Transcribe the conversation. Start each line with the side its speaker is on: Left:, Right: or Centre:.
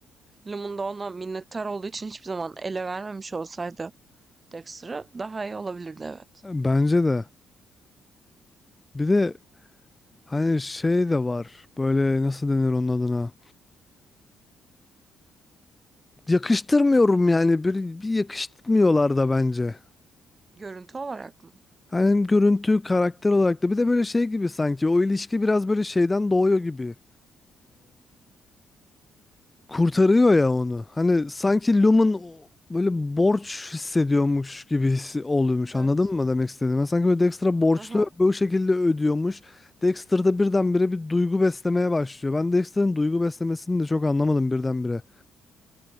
Right: Lumen de ona minnettar olduğu için hiçbir zaman ele vermemiş olsaydı Dexter'ı daha iyi olabilirdi evet.
Left: Bence de. Bir de hani şey de var. Böyle nasıl denir onun adına? Yakıştırmıyorum yani bir, bir yakıştırmıyorlar da bence.
Right: Görüntü olarak mı?
Left: Hani hem görüntü, karakter olarak da bir de böyle şey gibi sanki o ilişki biraz böyle şeyden doğuyor gibi. kurtarıyor ya onu. Hani sanki Lum'un o- böyle borç hissediyormuş gibi hissi oluyormuş.
Right: Evet.
Left: Anladın mı demek istediğimi? Sanki böyle Dexter'a borçlu
Right: Aha.
Left: bu şekilde ödüyormuş. Dexter da birdenbire bir duygu beslemeye başlıyor. Ben Dexter'ın duygu beslemesini de çok anlamadım birdenbire.